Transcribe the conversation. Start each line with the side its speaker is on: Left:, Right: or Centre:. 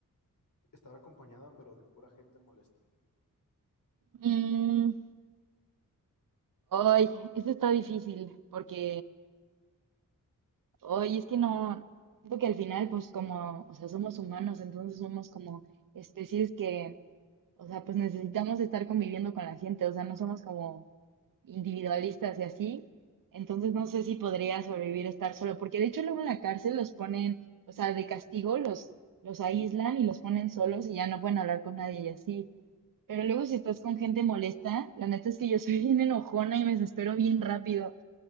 Left: estar acompañada pero de pura gente molesta?
Right: Mm. Ay, esto está difícil porque, ay, es que no, siento que al final, pues como, o sea, somos humanos, entonces somos como especies que, o sea, pues necesitamos estar conviviendo con la gente, o sea, no somos como individualistas y así, entonces no sé si podría sobrevivir estar solo, porque de hecho luego en la cárcel los ponen, o sea, de castigo los, los aíslan y los ponen solos
Left: Sí,
Right: y ya no pueden hablar con nadie y así. Pero luego si estás con gente molesta, la neta es que yo soy <laughs> bien enojona y me desespero bien rápido.